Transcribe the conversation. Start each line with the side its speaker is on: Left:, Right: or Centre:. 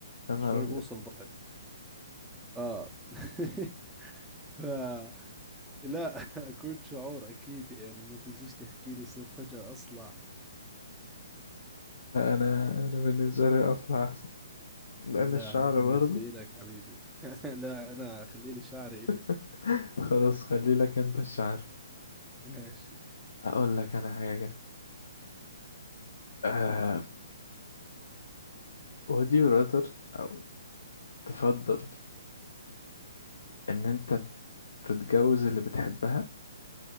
Left: يا نهار
Centre: شوي
Left: أبيض
Centre: بوصل ظهري آه <laughs> فلا <laughs> أكون شعور أكيد يعني ما تجيش تحكي لي صير فجأة أصلع
Left: لا أنا أنا بالنسبة لي أصلا أحسن لأن
Centre: لا
Left: الشعر
Centre: هذا بالنسبة
Left: برضه
Centre: لك حبيبي <laughs> لا أنا خليلي شعري إلي
Left: <laughs> خلاص خلي لك أنت الشعر
Centre: ماشي
Left: أقول لك أنا حاجة آه would you rather أو تفضل إن أنت تتجوز اللي بتحبها